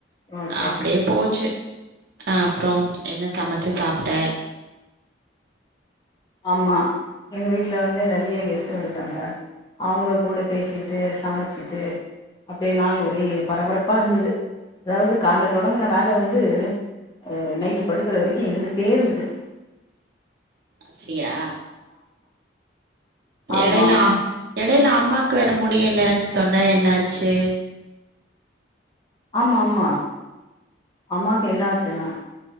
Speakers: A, on the left (about 25°); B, on the right (about 55°).
A: ஓகே
B: அப்டியே ச்சு அ அப்புறோ என்ன சமச்சு சாப் ட
A: ஆமா எங்க வீட்ல வந்து நெறைய கெஸ்ட்டு வந்துருந்தாங்க அவங்க கூட பேசிட்டு சமச்சுட்டு அப்டியே நாள் ஒரே பரபரப்பா இருந்துது அதாவது காலைல தொடங்குன வேல வந்து அது நைட்டு படுக்குற வெரிக்கு இருந்துட்டே இருந்துது
B: அப்டியா
A: ஆமா
B: எடயில எடயில அம் அம்மாக்கு வேற முடியலன் சொன்ன என்னாச்சு
A: ஆமா ஆமா அம்மாக்கு என்ன ஆச்சுன்னா